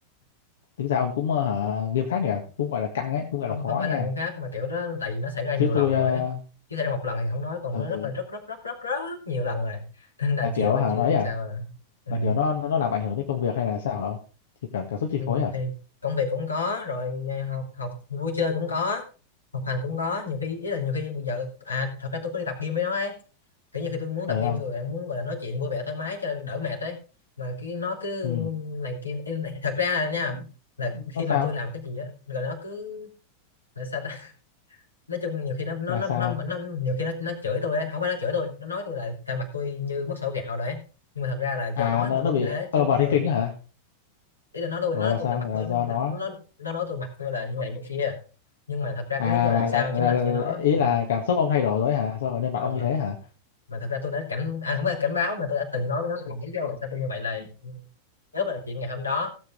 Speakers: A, on the left; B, on the left.
A: tính ra ông cũng ờ, hả, nghiêm khắc nhỉ cũng gọi là căng ấy cũng gọi
B: không
A: là khó
B: không phải
A: nha
B: là nghiêm khắc mà kiểu đó tại vì nó xảy ra nhiều
A: chứ
B: lần
A: tôi
B: rồi
A: ờ,
B: ấy chứ xảy ra một lần thì không nói còn
A: ờ,
B: nó rất là rất rất rất rất rất nhiều lần rồi nên đành
A: là
B: chịu
A: kiểu
B: thôi
A: hả
B: chứ
A: nói à
B: sao à. ừ.
A: là kiểu nó nó làm ảnh hưởng tới công việc hay là sao hả ông thì cả cảm xúc chi
B: Ừ,
A: phối à
B: thì công việc cũng có rồi à, học học vui chơi cũng có học hành cũng có nhiều khi ý là nhiều khi bây giờ à thật ra tôi có đi tập gym với nó ấy kiểu như khi tôi muốn
A: ờ
B: tập gym
A: không
B: rồi bạn muốn gọi là nói chuyện vui vẻ thoải mái cho đỡ mệt đấy mà cái nó cứ
A: ừ
B: này kia Ê, thật ra là nha là khi
A: nó sao
B: mà tôi làm cái gì á rồi nó cứ là sao ta <laughs> nói chung nhiều khi nó nó
A: là
B: nó
A: sao
B: nó, nó nhiều khi nó nó chửi tôi ấy không phải nó chửi tôi nó nói tôi là thằng mặt tôi như mất sổ gạo đấy nhưng mà thật ra là do
A: à
B: nói
A: nó
B: tôi
A: nó
B: mới
A: bị
B: như thế chứ
A: ờ
B: không
A: vào
B: phải- ờ
A: thiên kinh á hả
B: ý là nó tôi
A: gọi
B: nó nói
A: là
B: tôi
A: sao
B: là mặt
A: là
B: tôi giống-
A: do
B: mặt
A: nó
B: nó nó nói tôi mặt tôi là như này như kia nhưng mà thật ra
A: à
B: cái lý do
A: là
B: làm sao
A: là, là,
B: chính là
A: là, là
B: cho nó
A: ý
B: ừ,
A: là cảm xúc ông thay đổi rồi hả sao mà nên mặt
B: ờ,
A: ông như thế hả
B: mà thật ra tôi đã cảnh à không phải là cảnh báo mà tôi đã từng nói với nó là lý do làm sao tôi như vậy là nếu mà là chuyện ngày hôm đó